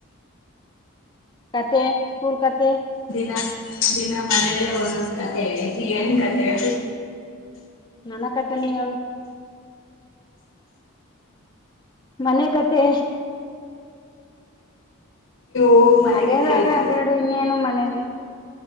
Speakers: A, on the left; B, on the left.
A: ಕತೆೆ ಸ್ಕೂಲ್ ಕತೆ
B: ದಿನಾ ದಿನ ಮನೇಲ್ಲೇ ಒಂದೂಂದ ಕತೆ ಏನ್ ಕತೆ ಹೇಳ್ತ
A: ನನ ಕಥೆನೆ ಹೇಳು ಮನೆ ಕಥೆ
B: ಇವು ಮನೆ
A: ಅದೇರಾಗ
B: ಕತೆ ಹೇಳಿ
A: ಅದೇಳಡು ಇನ್ನೇನು ಮನೇಲಿ